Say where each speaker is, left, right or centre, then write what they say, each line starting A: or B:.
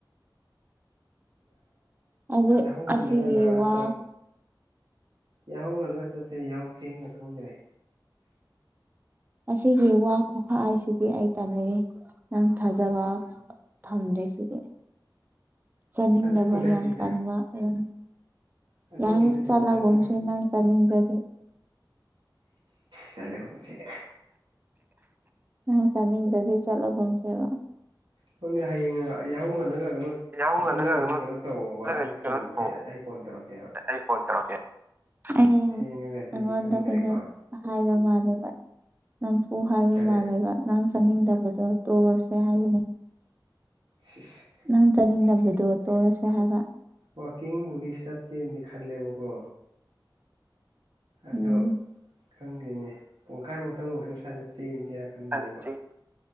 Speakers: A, on the right; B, on the right.
A: <unintelligible> ꯑꯗꯨ
B: ꯌꯥꯍꯧꯍꯜꯂꯒꯅꯂ
A: ꯑꯁꯤꯒꯤ ꯋꯥ
B: ꯌꯥꯍꯧ ꯉꯜꯂꯒ ꯆꯠꯁꯦ ꯌꯥꯍꯧ ꯊꯦꯡꯉ ꯈꯪꯗ꯭ꯔꯦ
A: ꯑꯁꯤꯒꯤ ꯋꯥ ꯈꯨꯈꯥ ꯍꯥꯏꯁꯤꯗꯤ ꯑꯩ ꯇꯜꯂꯤ ꯅꯪ ꯊꯥꯖꯕ ꯊꯝꯖꯩꯁꯤꯒꯦ ꯆꯥꯅꯤꯡꯗꯕ
B: ꯑꯗꯨꯒꯤ ꯅꯠꯇꯦꯗ
A: ꯌꯥꯝ ꯄꯟꯕ ꯑꯗꯨꯝ
B: ꯑꯗꯨꯒꯤ
A: ꯌꯥꯅꯁ
B: ꯅꯠꯇꯦꯗ
A: ꯆ ꯂꯒꯣꯁꯅꯥ
B: ꯊꯥꯖꯕ
A: ꯆ ꯂꯤꯗꯦ
B: ꯆꯂꯒꯟꯁꯤꯒ
A: ꯅꯪꯅ ꯆꯅꯤꯡꯒꯗꯤ ꯆꯠꯂꯣꯒꯨꯝꯁꯦꯕ
B: ꯑꯗꯨꯅꯤ ꯍꯌꯦꯡ ꯌꯥꯍꯧ ꯉꯜꯂꯒ ꯀꯩꯅꯣ
A: ꯌꯥꯍꯧ
B: ꯆꯠꯂꯒꯗꯤ
A: ꯉꯜꯂꯒ
B: ꯀꯩꯅꯣ ꯇꯧꯋꯣꯕ
A: ꯆꯠꯂꯒꯗꯤ
B: ꯑꯩ ꯐꯣꯟ
A: ꯀꯩꯅꯣ ꯇꯧ
B: ꯑꯩ ꯑꯩ ꯐꯣꯟ ꯇꯧꯔꯛꯀꯦ ꯑꯣꯀꯦꯕ
A: ꯑꯩ ꯐꯣꯟ ꯇꯧꯔꯛꯀꯦ ꯑꯩ
B: ꯊꯦꯡꯉꯒꯗꯤ
A: ꯅꯪꯉꯣꯟꯗ
B: ꯈꯪꯗ꯭ꯔꯦꯀꯣ
A: ꯀꯩꯅꯣ ꯍꯥꯏꯕ ꯃꯥꯜꯂꯦꯕ ꯅꯝꯐꯨ ꯍꯥꯏꯕ
B: ꯇꯔꯦ
A: ꯃꯥꯜꯂꯦꯕ ꯅꯪ ꯆꯠꯅꯤꯡꯗꯕꯗꯣ ꯇꯣꯛꯑꯁꯦ ꯍꯥꯏꯕꯅꯤ
B: ꯁꯤꯁ
A: ꯅꯪ ꯆꯅꯤꯡꯕꯗ‌ꯣ ꯇꯣꯛꯑꯁ‌ꯦ ꯍꯥꯏ
B: ꯋꯥꯀꯤꯡꯕꯨꯗꯤ ꯆꯠꯀ‌ꯦꯅ ꯈꯟꯂ‌ꯦꯕ ꯀꯣ ꯑꯗꯣ
A: ꯎꯝ
B: ꯈꯪꯗꯦꯅꯦ ꯄꯨꯡꯈꯥꯏꯃꯨꯛꯇꯪ ꯑꯣꯏꯁꯨ ꯁ꯭ꯋꯥꯏꯗ ꯆꯦꯟ ꯁꯤꯔꯈꯟꯕꯅꯦꯕ
A: ꯍꯥꯏꯕꯗꯤ